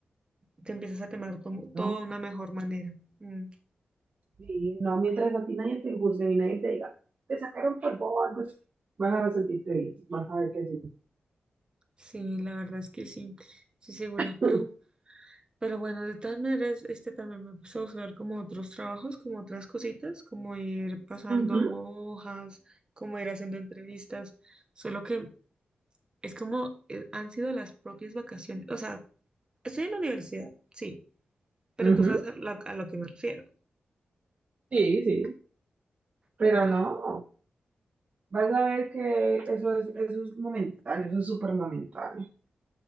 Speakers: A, on the right; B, on the right.
A: te empiezas a tomar tomo-
B: ¿no?
A: todo de una mejor manera. Mm,
B: Sí, no, mientras a ti nadie te juzgue y nadie te diga, te sacaron por bobo, algo así, vas a sentirte bien, vas a ver que sí.
A: sí, la verdad es que sí, sí segura,
B: <laughs>
A: <laughs> pero Pero bueno, de todas maneras, este también me puse a buscar como otros trabajos, como otras cositas, como ir pasando
B: Ujú.
A: hojas, como ir haciendo entrevistas, solo que es como eh, han sido las propias vacaciones, o sea, estoy en la universidad, sí, pero
B: Ujú,
A: tú sabes a lo, a lo que me refiero.
B: Sí, sí, pero
A: Entonces,
B: no, vas a ver que eso es, eso es momentáneo, eso es súper momentáneo.